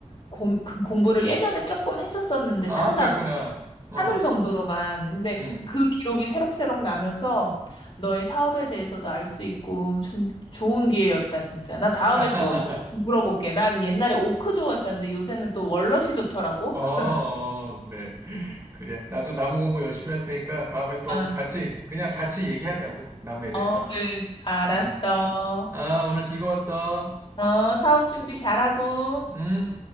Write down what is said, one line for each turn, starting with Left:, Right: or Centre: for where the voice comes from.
Left: 공, 그 공부를 예전에 조금 했었었는데
Right: 아,
Left: 산다고.
Right: 그랬구나. 어,
Left: 하는 정도로만. 근데
Right: 음.
Left: 그 기록이 새록새록 나면서 너의 사업에 대해서도 알 수 있고 참 좋은 기회였다, 진짜. 나 다음에
Right: <laughs>
Left: 또 더 물어볼게. 난 옛날에 오크 좋아했었는데 요새는 또 월넛이 좋더라고.
Right: 어,
Left: <laughs>
Right: 어, 그래.
Left: 응.
Right: 그래. 나도 나무 공부 열심히 할 테니까 다음에 또
Left: 어,
Right: 같이 그냥 같이 얘기하자고. 나무에
Left: 어,
Right: 대해서.
Left: 그, 알았어.
Right: 응. 아, 오늘 즐거웠어.
Left: 어, 사업 준비 잘하고.
Right: 음.